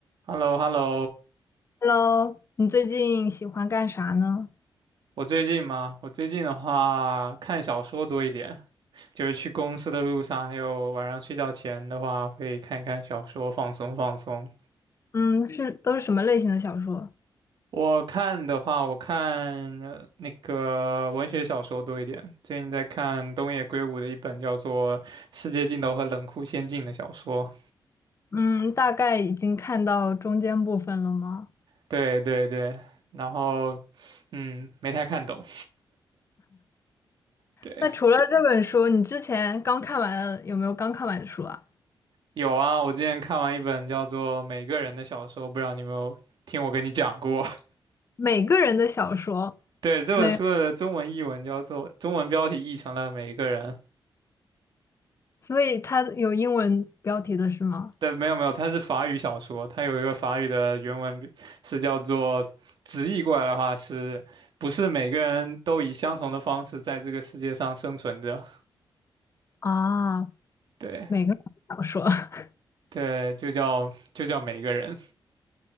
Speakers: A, on the right; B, on the left.
A: h e l l o h e l l o
B: Hello，你最近喜欢干啥呢？
A: 我最近嘛，我最近的话看小说多一点，就是去公司的路上，还有晚上睡觉前的话，会看一看小说，放松放松。
B: 嗯，是都是什么类型的小说？
A: 我看的话，我看呃那个文学小说多一点，最近在看东野圭吾的一本叫做《世界尽头和冷酷仙境》的小说。
B: 嗯，大概已经看到中间部分了吗？
A: 对对对，然后嗯，没太看懂。对，
B: 那除了这本书，你之前刚看完的有没有刚看完的书啊？
A: 有啊，我之前看完一本叫做《每个人的小说》，不知道你有没有听我跟你讲过？<laughs>
B: 每个人的小说
A: 对，这本书的中文译文叫做，
B: 没有，
A: 中文标题译成了《每一个人》。
B: 所以它有英文标题的是吗？
A: 对，没有没有，它是法语小说，它有一个法语的原文是叫做，直译过来的话是，不是每个人都以相同的方式在这个世界上生存着？
B: 啊，
A: 对
B: 每个人的小说，<laughs>
A: 对，就叫就叫每个人。